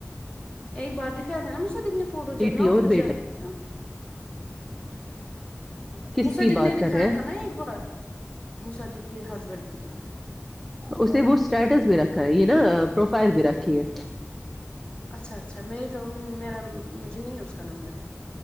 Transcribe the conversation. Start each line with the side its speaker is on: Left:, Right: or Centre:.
Left: ایک بار دکھایا تھا نا مجھ سے دکھنے فوٹو
Centre: بیٹی
Left: جب نا آفس
Centre: اور بیٹا
Left: جاتے تھے ہم
Centre: کس
Left: مصدق
Centre: کی بات
Left: نے
Centre: کر
Left: دکھایا
Centre: رہے ہیں
Left: تھا نا ایک بار مصدق کے ہسبینڈ کی بات کر
Centre: اسے وہ اسٹیٹس بھی رکھا ہے یہ نا پروفائل بھی رکھی ہے
Left: اچھا اچھا میے کا میرا مجھے نہیں اس کا نمبر ہے